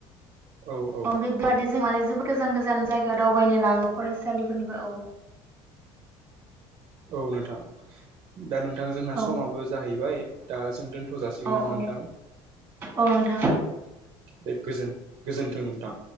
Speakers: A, on the right; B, on the right.
A: औ औ
B: बे बादि जों माने जबोद गोजान गोजान जायगायाव दावबायनो लाङो फरायसालिफोरनिबो औ
A: औ नोंथां दा नोंथां जोंना
B: औ
A: समाबो जाहैबाय दा जों दोनथ' थ' जासिगोन
B: औ औ
A: नामा नोंथां
B: औ नोंथां
A: बे गोजोन गोजोनथों नोंथां